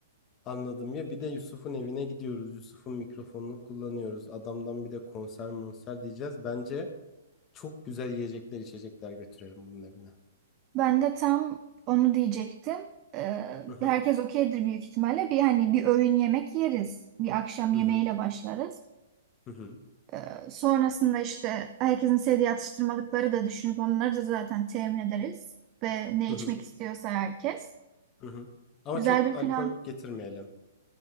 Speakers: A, on the left; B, on the right.
A: anladım ya bir de Yusuf'un evine gidiyoruz. Yusuf'un mikrofonunu kullanıyoruz. Adamdan bir de konser monser diyeceğiz. Bence çok güzel yiyecekler içecekler götürelim bunun evine.
B: Ben de tam onu diyecektim. Ee,
A: Hı hı.
B: herkes okeydir büyük ihtimalle. Bir hani bir öğün yemek yeriz. Bir akşam yemeğiyle
A: Hı hı,
B: başlarız.
A: hı hı,
B: Ee, sonrasında işte herkesin sevdiği atıştırmalıkları da düşünüp onları da zaten temin ederiz. Ve ne
A: hı hı,
B: içmek istiyorsa herkes.
A: hı hı. Ama
B: Güzel
A: çok
B: bir
A: alkol
B: plan.
A: getirmeyelim.